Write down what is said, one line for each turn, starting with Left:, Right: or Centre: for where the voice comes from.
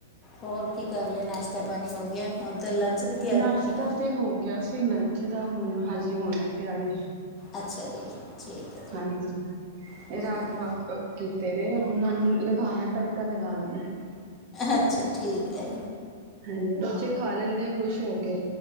Left: ਹੋਰ ਕੀ ਕਰ ਲਿਆ ਨਾਸ਼ਤਾ ਪਾਣੀ ਹੋ ਗਿਆ। ਹੁਨ ਤੇ ਲੰਚ ਦੀ ਤਿਆਰੀ
Right: ਨਾਸ਼ਤਾ
Left: ਹੋਣੀ ਹੈ
Right: ਤੇ ਹੋ ਗਿਆ ਸੀ ਲੰਚ ਦਾ ਹੁਨ ਹਜੇ ਹੋਨਾ ਤਿਆਰੀ
Left: ਅੱਛਾ ਜੀ ਠੀਕ ਹੈ
Right: ਹਾਂ ਹਮ <unintelligible>
Left: ਜੀ
Right: ਰਾਜ ਬਾਗ ਕੀਤੇ ਦੇ ਉਨਾਂ ਨੂੰ ਲਗਾਉਣਾ ਤੜਕਾ ਲਗਾਣਾ
Left: ਅੱਛਾ ਠੀਕ ਏ
Right: ਹਾਂਜੀ ਬੱਚੇ ਖਾ ਲੈਂਦੇ ਆ ਖੁਸ਼ ਹੋ ਕੇ